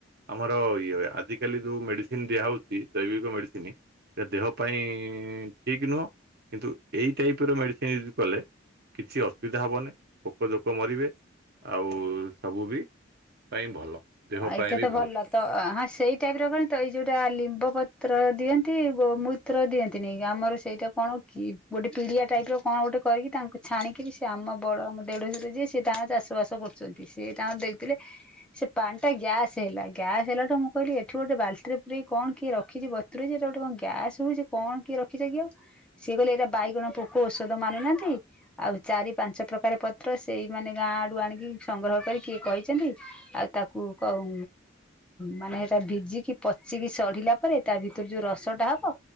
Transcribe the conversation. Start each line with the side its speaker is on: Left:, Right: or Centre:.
Right: ଆମର ଇଏ ହୁଏ ଆଜିକାଲି ଯୋଉ ମେଡିସିନ୍ ଦିଆହେଉଚି ଜୈବିକ ମେଡିସିନ ସେଟା ଦେହ ପାଇଁ ଠିକ୍ ନୁହଁ କିନ୍ତୁ ଏଇ ଟାଇପ୍ ର ମେଡିସିନ୍ ୟୁଜ୍ କଲେ କିଛି ଅ ସୁବିଧା ହବନି ପୋକ ଜୋକ ମରିବେ ଆଉ ସବୁ ବି ପାଇଁ ଭଲ। ଦେହ
Centre: ଆଉ
Right: ପାଇଁ
Centre: ଏଇଟା
Right: ବି
Centre: ତ ଭଲ। ତ ହଁ ସେଇ ଟାଇପ୍ ର କଣ ତ ଏଇ ଯୋଉଟା ଲିମ୍ବ ପତ୍ର ଦିଅନ୍ତି ଗୋ ମୁ ତ୍ର ଦିଅନ୍ତିନି ଆମର ସେଇଟା କଣ କି ଗୋଟେ ପିଡିଆ ଟାଇପ୍ ର କଣ ଗୋଟେ କରିକି ତାଙ୍କୁ ଛାଣିକିରି ସେ ଆମ ବଡ ଆମ ଦେଢସୁର ଯିଏ ସିଏ ତାଙ୍କ ଚାଷ ବାସ କରୁଚନ୍ତି, ସେଏ ତାଙ୍କ ଦେଇଥିଲେ ସେ ପାଣି ଟା ଗ୍ୟାସ୍ ହେଲା ଗ୍ୟାସ ହେଲାଠୁ ମୁଁ କହିଲି ଏଠୁ ଗୋଟେ ବାଲ୍ଟିରେ ପୁରଇି କଣ କିଏ ରଖିଚି ବ ତୁରେଇଚି ଏଇଟା ଗୋଟେ କଣ ଗ୍ୟାସ୍ ହଉଚି କଣ କିଏ ରଖିଚ କିି ଆଉ ସିଏ କହିଲେ ଏଟା ବାଇଗଣ ପୋକ ଔଷଧ ମାନୁନାହାନ୍ତି ଆଉ ଚାରି ପାଞ୍ଚ ପ୍ରକାର ପତ୍ର ସେଇ ମାନେ ଗାଁ ଆଡୁ ଆଣିକି ସଂଗ୍ରହ କରି କିଏ କହିଚନ୍ତି ଆଉ ତା କୁ କୋଉ ମାନେ ସେଟା ଭିଜିକି ପଚିକି ସଢିଲା ପରେ ତା ଭିତରୁ ଯୋଉ ରସଟା ହବ